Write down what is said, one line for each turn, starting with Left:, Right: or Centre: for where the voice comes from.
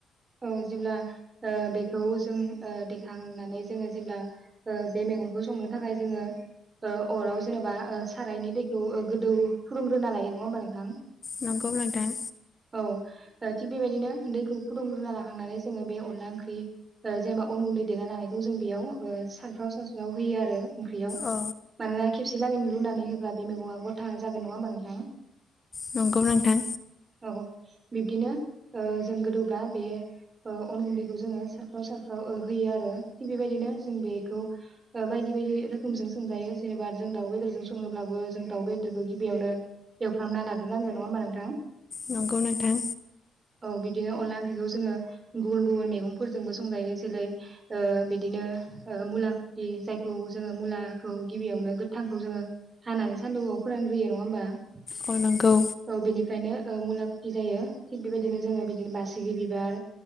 Right: औ जेब्ला ओ बेखौ जों ओ देखांनानै जोङो जेब्ला ओ बे मैगं खो संनो थाखाय जोङो ओ अराव जेनेबा ओ सारायनि दैखौ ओ गोदौ फुदुंग्रोना लायो नङा होमबा नोंथां।
Left: नंगौ नोंथां।
Right: औ ओ थिग बेबायदिनो दैखौ फुदुंग्रोना लाखांनानै जोङो बे अनला ओंख्रि ओ जेनेबा अन गुन्दै देना लानायखौ जों बेयाव ओ सारफ्राव सास्राव होयो आरो ओंख्रियाव।
Left: अ
Right: मानोना खेबसे लागै लुनानै होब्ला बे मैगङा गथा जागोन नङा होमबा नोंथाङा।
Left: नंगौ नोंथां
Right: औ बिब्दिनो ओ जों गोदौबा बे ओ अन गुन्दैखौ जोङो सारफ्राव सारफ्राव ओ होयो आरो थिग बेबायदिनो जों बेखौ ओ बायदि बेबायदि रोखोमजों संजायो जेनेबा जों दाउ बेदरजों संनोब्लाबो जों दाउ बेदरखौ गिबियावनो एवफ्रामना लाग्रोनांगोन नङा होमबा नोंथां।
Left: नंगौ नोंथां
Right: औ बिदिनो अनला ओंख्रिखौ जोङो गुबुन गुबुन मेगंफोरजोंबो संजायो जेरै ओ बिदिनो ओ मुला खुखि जायखौ जोङो मुलाखौ गिबियावनो गोथांखौ जोङो हानानै सानदौआव फोरान ग्रोयो नङा होमबा औ
Left: अ नंगौ
Right: बेनिफ्रायनो ओ मुलाखुथि जायो थिग बेबायदिनो जोङो बिदिनो बासिगि बिबार